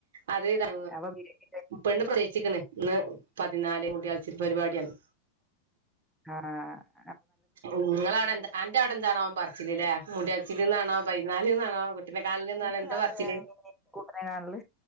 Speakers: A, on the right (about 55°); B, in the centre.
A: അത് ത
B: അപ്പൊ വീട്ടില്
A: പെണ്ണ് പ്രവസവിച്ച്ക്ക്ണ്. ഇ പതിനാല് കൂടി മുടിയാൽച്ചിൽ പരിപാടിയാണ്
B: ആഹ
A: നിങ്ങളവിടെ എന്ത ആന്റെ അവിടെ എന്താണോൻ പറിച്ചില്ലല്ലേ മുയാച്ചിലന്നാണോ പൈതിനാലല്ന്നാണോ കുട്ടെക്കാലിൽ നിന്നാണ്
B: തന്നെയാ
A: എന്താ പറച്ചില്
B: കൂട്ടനെ കാണല്